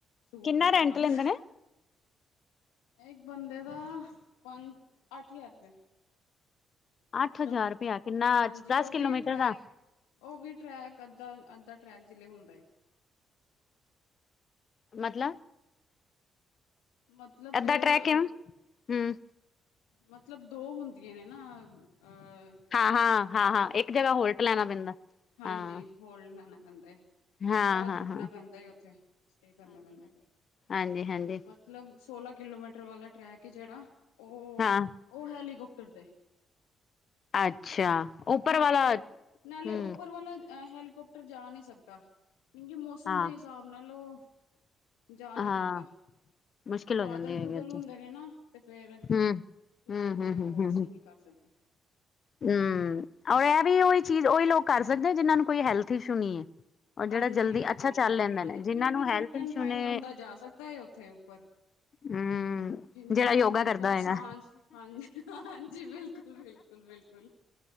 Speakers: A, on the left; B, on the left.
A: ਸੂਟ
B: ਕਿੰਨਾ
A: ਕਰਦੇ
B: ਰੈਂਟ
A: ਸਾਨੂੰ।
B: ਲੈਂਦੇ ਨੇ
A: ਇੱਕ ਬੰਦੇ, ਦਾ ਪੰਜ ਅੱਠ ਹਜ਼ਾਰ ਰੁਪਇਆ। ਮਤਲਬ,
B: ਅੱਠ ਹਜ਼ਾਰ ਰੁਪਇਆ ਕਿੰਨਾ
A: ਹਾਂਜੀ
B: ਦਸ
A: ਉਹ
B: ਕਿਲੋਮੀਟਰ
A: ਵੀ ਟਰੈਕ
B: ਦਾ
A: ਉਹ ਵੀ ਟਰੈਕ ਅੱਧਾ, ਅੱਧਾ ਟਰੈਕ ਜਿਹੇ ਹੁੰਦਾ ਏ।
B: ਮਤਲ
A: ਮਤਲਬ
B: ਏਦਾਂ
A: ਦੋ
B: ਟਰੈਕ
A: ਅ
B: ਹੈ ਹਮ
A: ਮਤਲਬ ਦੋ ਹੁੰਦੀਆਂ ਨੇ ਨਾ ਅਹ
B: ਹਾਂ ਹਾਂ ਹਾਂ ਹਾਂ ਇੱਕ ਜਗ੍ਹਾ ਹੋਲਟ ਲੈਣਾ ਪੈਂਦਾ।
A: ਹਾਂਜੀ
B: ਹਾਂ
A: ਹੋਰ ਲਿਆਣਾ ਪੈਂਦਾ ਏ।
B: ਹਾਂ
A: ਰਾਤ
B: ਹਾਂ
A: ਰੁਕਣਾ
B: ਹਾਂ
A: ਪੈਂਦਾ ਉੱਥੇ ਸਟੇ ਕਰਨਾ ਪੈਂਦਾ ਫਿਰ
B: ਹਾਂਜੀ-ਹਾਂਜੀ।
A: ਮਤਲਬ ਸੋਲਾਂ ਕਿਲੋਮੀਟਰ ਵਾਲਾ ਟਰੈਕ ਏ ਜਿਹੜਾ ਉਹ,
B: ਹਾਂ
A: ਉਹ ਹੈਲੀਕਾਪਟਰ 'ਤੇ
B: ਅੱਛਾ ਉੱਪਰ
A: ਨਾਲੇ,
B: ਵਾਲਾ
A: ਨਾਲੇ
B: ਹਮ
A: ਉੱਪਰ ਵਾਲਾ ਹੈਲੀਕੋਪਟਰ ਜਾ ਨੀ ਸਕਦਾ। ਕਿਉਂਕਿ ਮੌਸਮ
B: ਹਾਂ
A: ਦੇ ਹਿਸਾਬ ਨਾਲ ਉਹ ਜਾ ਨੀ
B: ਹਾਂ
A: ਪਾਂਦਾ।
B: ਮੁਸ਼ਕਿਲ
A: ਬਾਦਲ,
B: ਹੋ ਜਾਂਦੀ
A: ਬੁਦਲ
B: ਹੈਗੀ ਉੱਥੇ
A: ਹੁੰਦੇ ਨੇ ਨਾ। ਤੇ ਫੇਰ,
B: ਹਮ
A: ਫੇਰ
B: ਹਮ
A: ਕਹਿੰਦੇ
B: ਹਮ ਹਮ
A: ਉਹ
B: ਹਮ
A: ਅਸੀਂ
B: ਹਮ
A: ਨੀ ਕਰ ਸਕਦੇ।
B: ਹਮ ਔਰ ਇਹ ਵੀ ਉਹੀ ਚੀਜ਼ ਉਹੀ ਲੋਕ ਕਰ ਸਕਦੇ ਆ ਜਿਹਨਾਂ ਨੂੰ ਕੋਈ ਹੈਲਥ ਇਸ਼ੂ ਨਹੀਂ ਹੈ। ਔਰ ਜਿਹੜਾ
A: ਹਾਂਜੀ
B: ਜਲਦੀ ਅੱਛਾ
A: ਹਾਂਜੀ
B: ਚੱਲ ਲੈਂਦੇ
A: ਹਾਂਜੀ
B: ਨੇ ਜਿਹਨਾਂ
A: ਬਿਲਕੁਲ
B: ਨੂੰ ਹੈਲਥ
A: ਫਿਟ ਐਂਡ
B: ਇਸ਼ੂ
A: ਫਾਈਨ
B: ਨੇ
A: ਬੰਦਾ ਜਾ ਸਕਦਾ ਹੈ ਉੱਥੇ ਉੱਪਰ
B: ਹਮ
A: ਜਿਹਨੂੰ
B: ਜਿਹੜਾ ਯੋਗਾ
A: ਮਤਲਬ
B: ਕਰਦਾ ਹੋਏਗਾ
A: ਸਾਂਸ ਹਾਂਜੀ ਹਾਂ ਜੀ ਬਿਲਕੁੱਲ। ਬਿਲਕੁਲ ਬਿਲਕੁਲ।